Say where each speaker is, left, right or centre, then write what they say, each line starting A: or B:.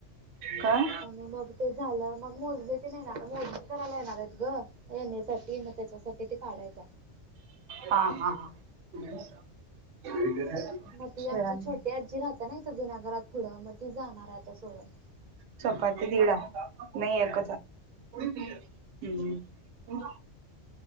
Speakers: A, on the right; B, on the right.
A: काय
B: आणि मग ते झालं मग मोजले ते नाही रा मोजले <inaudible> करायला येणार आहेत ग येण्यासाठी मग त्याच्यासाठी ते काढायच <inaudible>
A: हा- हा -हा- <inaudible>
B: मग ती
A: शिळा
B: आमची
A: नाही
B: छोटी आजी राहत ना इथ जुन्या घरात पुढं मग ती जाणार आहे आता सोडून <inaudible>
A: चपात ते दीडा <inaudible> नाही एकच आहे हम्